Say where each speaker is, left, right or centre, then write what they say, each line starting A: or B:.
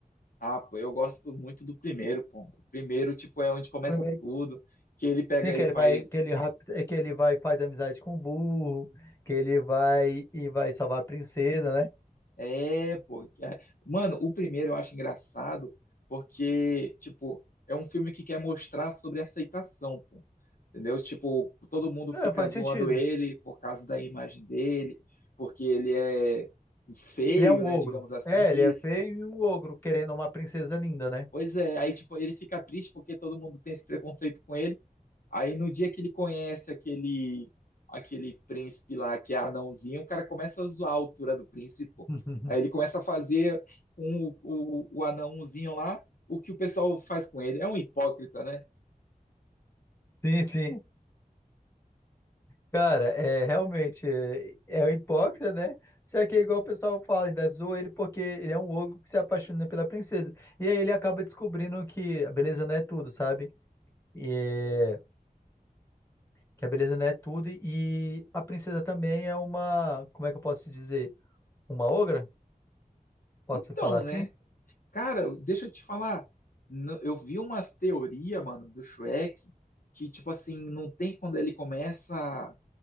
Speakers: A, on the left; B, on the left.
A: Ah, pô, eu gosto muito do primeiro, pô. O primeiro, tipo, é onde começa
B: primeiro
A: tudo, que ele pega,
B: Sim, que
A: ele
B: ele
A: faz.
B: vai, que ele, rap- que ele vai e faz amizade com o burro, que ele vai e vai salvar a princesa, né?
A: É, pô. que- ai, Mano, o primeiro eu acho engraçado porque, tipo, é um filme que quer mostrar sobre aceitação, pô. Entendeu? Tipo, todo mundo fica
B: É, faz
A: zoando
B: sentido.
A: ele por causa da imagem dele, porque ele é feio,
B: Ele é um
A: né,
B: ogro.
A: digamos assim,
B: É,
A: isso.
B: ele é feio e um ogro querendo uma princesa linda, né?
A: Pois é, aí, tipo, ele fica triste porque todo mundo tem esse preconceito com ele, Aí no dia que ele conhece aquele aquele príncipe lá que é anãozinho, o cara começa a zoar a altura do príncipe, pô.
B: <laughs>
A: Aí ele começa a fazer um, o, o anãozinho lá, o que o pessoal faz com ele. É um hipócrita, né?
B: Sim, sim. Cara, é realmente é, é um hipócrita, né? Só que é igual o pessoal fala, ainda zoa ele porque ele é um ogro que se apaixona pela princesa. E aí ele acaba descobrindo que a beleza não é tudo, sabe? E é. Que a beleza não é tudo e a princesa também é uma, como é que eu posso dizer? Uma ogra? Posso
A: Então,
B: falar assim?
A: né? Cara, deixa eu te falar. n- Eu vi umas teorias, mano, do Shrek, que, tipo assim, não tem quando ele começa